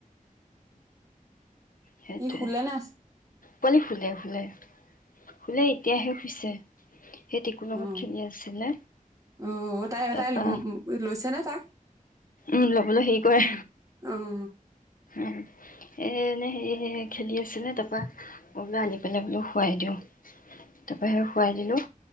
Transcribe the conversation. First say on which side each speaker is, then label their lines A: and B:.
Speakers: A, on the left; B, on the right.
A: সেইটোৱে
B: ই শুলে নে আছে
A: হেই শুলে শুলে শুলেএতিয়াহে শুইছে সেই টিকুৰ লগত
B: উম
A: খেলি আছিলে
B: অহ তাই
A: তাৰপা
B: তাই লৈছে নে হে
A: উম ল'বলৈ হেৰি কৰে
B: উম
A: উম এ এনে হেৰি খেলি আছিলে তাৰপা মই বোলো আনি কেনে বোলো শুৱাই দিওঁ তাৰ পা সে শুৱাই দিলো